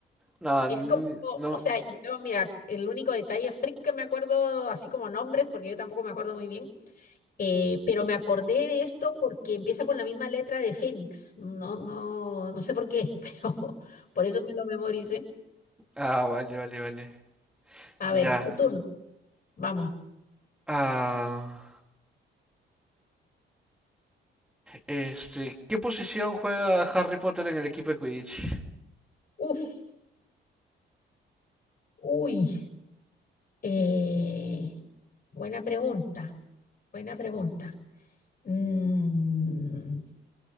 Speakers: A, in the centre; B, on the left (about 45°).
A: No,
B: Es como, o
A: no.
B: sea, yo, mira, el único detalle freak que me acuerdo, así como nombres, porque yo tampoco me acuerdo muy bien, eh, pero me acordé de esto porque empieza con la misma letra de Fénix. No, no, no sé por qué, <laughs> pero por eso me lo memoricé.
A: Ah, vale, vale, vale.
B: A
A: Ya.
B: ver, tu turno. Vamos.
A: Ah, este, ¿qué posición juega Harry Potter en el equipo de Quidditch?
B: Uf, uy. Eh, buena pregunta, buena pregunta. Mm,